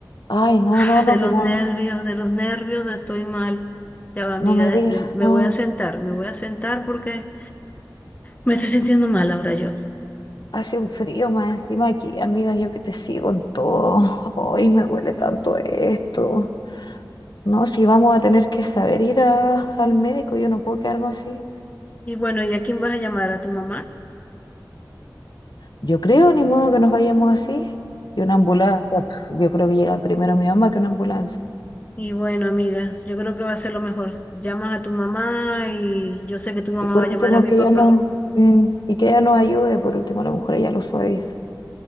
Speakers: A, on the left; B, on the left.
A: Ay, no,
B: <sighs>
A: no, no,
B: De los
A: que no,
B: nervios, de los nervios estoy mal. Ya va, amiga,
A: no me
B: de-
A: digas,
B: de- me
A: no.
B: voy a sentar, me voy a sentar porque me estoy sintiendo mal ahora yo.
A: Hace un frío más encima aquí, amiga, yo que te sigo en todo. Hoy me duele tanto esto. No, si vamos a tener que saber ir a- al médico, yo no puedo quedarme así.
B: Y bueno, ¿y a quién vas a llamar? ¿A tu mamá?
A: Yo creo, ni modo que nos vayamos así. Y una ambulancia, pf, yo creo que llega primero mi mamá que una ambulancia.
B: Y bueno, amigas, yo creo que va a ser lo mejor. Llamas a tu mamá y yo sé que tu mamá
A: Y por
B: va a llamar
A: último,
B: a mi
A: que
B: papá.
A: ella no, mm, y que ella nos ayude, por último, a lo mejor ella lo suaviza.